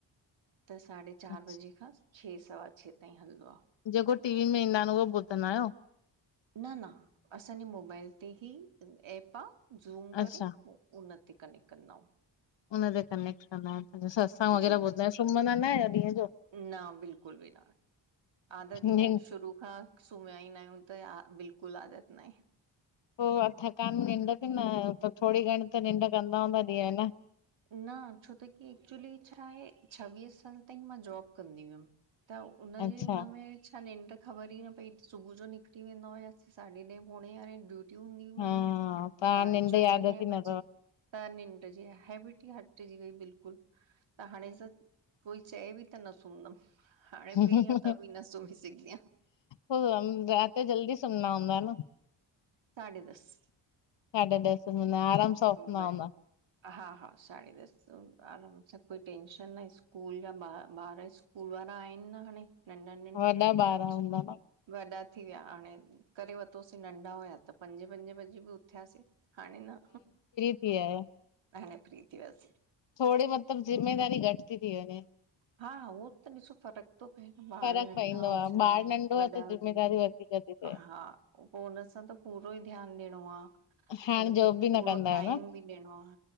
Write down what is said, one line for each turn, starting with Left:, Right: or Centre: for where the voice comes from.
Right: त साढे चार
Left: अच्छा,
Right: बजे खां छह सवा छह ताईं हलंदो आ।
Left: जेको टी वी में ईंदा आहिनि उहो ॿुधंदा आहियो?
Right: न न असांजे मोबाइल ते ई ऐप आ ज़ूम
Left: अच्छा
Right: करे उनते कनेक्ट कन्दायूं।
Left: उन ते कनेक्ट कन्दायो आहिनि सतसंग वग़ैरह
Right: जी
Left: ॿुधदायो, सुम्हंदा न आहियो ॾींहं जो?
Right: न बिल्कुलु बि न आदत ई
Left: निंड
Right: नाहे शुरू खां सुम्हिया ई न आहियूं त बिल्कुलु आदत नाहे।
Left: पो थकान निंड बि न थोरी घणी त निंड कंदा हूंदा ॾींहं जो न?
Right: न छो त की एक्चुली छा आहे छवीह साल ताईं मां जॉब कंदी हुयमि त हुनजी
Left: अच्छा
Right: हुनमें अ निंड त ख़बर ई न पई सुबुह जो निकिरी वेंदा हुयास साढे ॾह पोणे यारहें ड्यूटी हूंदी हुई
Left: हा
Right: मुंहिंजी
Left: तव्हां
Right: रात
Left: निंड
Right: जो
Left: यादि
Right: ॾहे
Left: अची न
Right: बजे त निंड जी हेबिट हटजी वई बिल्कुलु त हाणे कोई चए बि त न सुमंदमि। हाणे
Left: अथव
Right: फ्री आ त बि न सूंमी सघदीया।
Left: पो रात जो जल्दी सुमदा हूंदा न?
Right: साढे दस
Left: साढे ॾहें सुमदा हूंदा, आराम सां उथंदा
Right: ब
Left: हूंदा।
Right: हा हा साडी दस त आराम सां कोई टेंशन न आहे स्कूल जा ॿार स्कूल वारा आहिन न हाणे। नंढा नंढ
Left: वॾा ॿार हूंदा
Right: इस
Left: न
Right: वॾा थी विया हाणे करे वरितोसीं नंढा हुया त। त पंजे पंजे बजे बि उथियासीं हाणे न
Left: थी आया।
Right: हाणे फ्री थी वियासी।
Left: थोड़ी मतिलब जिम्मेदारी घट ती थी वञे।
Right: हा उहो त ॾिसो फ़र्क थो पए न ॿार
Left: फ़र्क़ु
Right: नंढा
Left: पईंदो
Right: हुजनि
Left: आ ॿार नंढो
Right: वॾा
Left: आ त
Right: हुजनि।
Left: ज़िमेदारी वधीक थी थिए
Right: हा पो हुन सां त पूरो ई ध्यान ॾियणो आ।
Left: हाणे
Right: हुनखे
Left: जॉब बि न
Right: पूरो
Left: कंदा आहियो
Right: टाइम
Left: न
Right: बि ॾियणो आ।